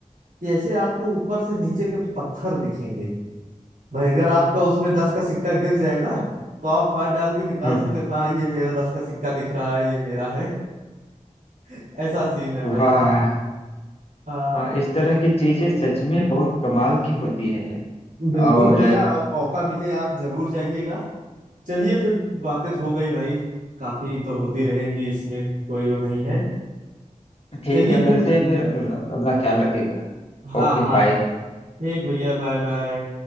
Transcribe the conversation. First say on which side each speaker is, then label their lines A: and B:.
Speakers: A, on the right (about 70°); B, on the left (about 45°).
A: कि ऐसे आपको ऊपर से नीचे के पत्थर दिखेंगे भाई अगर आपका उसमें दस का सिक्का गिर जाए ना तो आप हाथ डाल के निकाल
B: हम्म
A: सकते
B: हम्म
A: हो हाँ ये मेरा दस का सिक्का दिख रहा है ये मेरा है <laughs> ऐसा सीन है भाई
B: वाह
A: हाँ
B: हाँ इस तरह की चीजें सच में बहुत कमाल की होती है
A: बिल्कुल
B: और
A: भैया और मौका मिले आप जरूर जाइएगा चलिए फिर बातें तो हो गई भाई काफी तो होती रहेंगी इसमें कोई वो नहीं है
B: ठीक
A: चलिए
B: है मिलते
A: फिर
B: हैं फिर अप- अपना ख्याल रखिएगा
A: हाँ
B: Okay
A: हाँ
B: bye
A: ठीक भैया बाय बाय